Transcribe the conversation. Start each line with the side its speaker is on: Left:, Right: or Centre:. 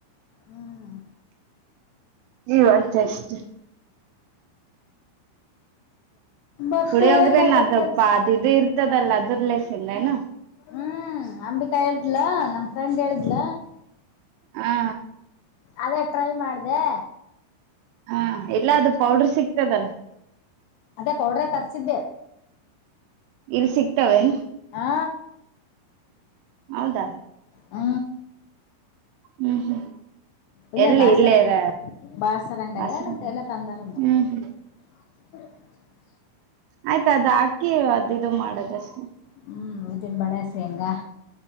Left: ಹ್ಮ್
Right: ಇವಾಗ ಜಸ್ಟ್
Left: ಮತ್ತೆ
Right: ಪುಳಿಯೋಗರೆ
Left: ಏನ್ ನಡ್ದದ
Right: ಅದು
Left: ಕೆಲ್ಸ
Right: ಇದು ಇರ್ತದಲ್ಲ ಅದರ್ ಲೇ ತಿಂದೆ ಏನ
Left: ಹ್ಮ್ ಅಂಬಿಕಾ ಹೇಳಿದ್ಲ ನಮ್ ಫ್ರೆಂಡ್ ಹೇಲಿದ್ಲ.
Right: ಹಾ
Left: ಅದೇ ಟ್ರೈ ಮಾಡದೆ
Right: ಹಾ ಇಲ್ಲಾ ಅದು ಪೌಡರ್ ಸಿಗ್ತದ.
Left: ಅದೇ ಪೌಡ್ರ ತರ್ಸಿದ್ದೆ
Right: ಇಲ್ಲಿ ಸಿಗ್ತಾವೇನ್.
Left: ಹಾ
Right: ಹೌದಾ
Left: ಹ್ಮ
Right: ಹ್ಮ್ ಹ್ಮ್
Left: ಇಲ್ಲೇ
Right: ಎಲ್ಲಿ
Left: ಬಾಸರ್
Right: ಇಲ್ಲೆರ
Left: ಬಾಸರ ಅಂಗಡ್ಯಾಗ
Right: ಹ್ಮ್
Left: ಎಲ್ಲ ತಂದಾರ ಅಂದ್ರ.
Right: ಹ್ಮ್
Left: <inaudible>
Right: ಆಯ್ತ ಅದ ಹಾಕಿ ಅದ ಇದು ಮಾಡದಷ್ಟೇ.
Left: ಹ್ಮ್ ಉದ್ದಿನ ಬೇಳೆ ಶೇಂಗಾ.